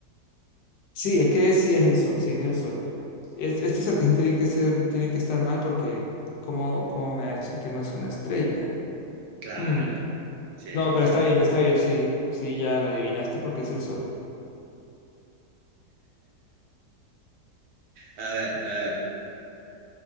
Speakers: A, on the left; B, on the right.
A: Sí, es que sí es el sol, sí es el sol. Es- este acertijo tiene que ser, tiene que estar mal porque ¿cómo, cómo me va a decir que no es una estrella?
B: Claro.
A: Hmm,
B: Sí,
A: No, pero
B: sí.
A: está bien, está bien, sí, sí, ya la adivinaste porque es el sol.
B: A ver, a ver.